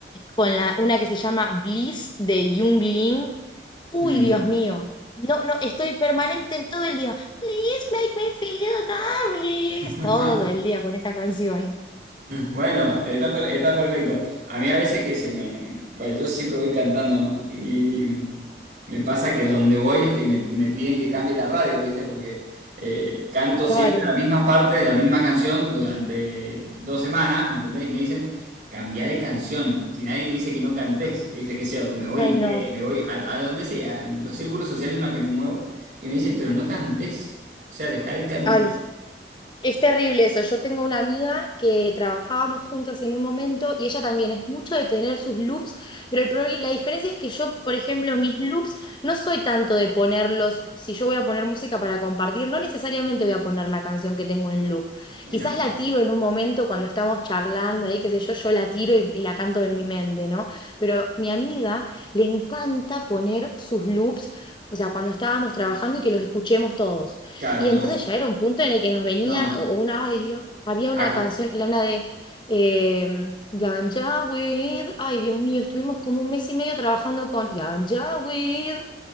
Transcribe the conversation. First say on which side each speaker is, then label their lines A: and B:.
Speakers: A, on the left (about 25°); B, on the right (about 45°).
A: con la, una que se llama Bliss de Jung Lin, Uy,
B: Mm.
A: Dios mío. No, no, estoy permanente todo el día. Please make me feel lovely.
B: <laughs>
A: Todo el día con esa canción.
B: Bueno, está, per- está perfecto. A mí a veces que se me... Bueno, yo siempre voy cantando, ¿no? Y me pasa que a donde voy es que me, me piden que cambie la radio, ¿viste? Porque eh, canto siempre
A: Claro.
B: la misma parte de la misma canción durante dos semanas, ¿me entendés? Y me dicen, cambia de canción. Si nadie te dice que no cantes, ¿viste? Que sea, me voy
A: Ay,
B: a inglés,
A: no.
B: me voy a, a donde sea, en los círculos sociales en los que me muevo. Y me dicen, pero no cantes. O sea, deja de cantar
A: Ay, Es terrible eso. Yo tengo una amiga que trabajábamos juntas en un momento y ella también es mucho de tener sus loops, pero el proble- la diferencia es que yo, por ejemplo, mis loops no soy tanto de ponerlos, si yo voy a poner música para compartir, no necesariamente voy a poner la canción que tengo en loop.
B: en
A: Quizás
B: absoluto.
A: la tiro en un momento cuando estamos charlando, ahí qué sé yo, yo la tiro y, y la canto en mi mente, ¿no? Pero mi amiga le encanta poner sus loops, o sea, cuando estábamos trabajando y que los escuchemos todos.
B: Claro,
A: Y
B: no.
A: entonces ya era un punto en el que nos venía
B: No, no.
A: o- una, ay Dios, había una
B: A, cu-
A: canción, la una de eh, Ganja with, ay Dios mío, estuvimos como un mes y medio trabajando con Ganja with,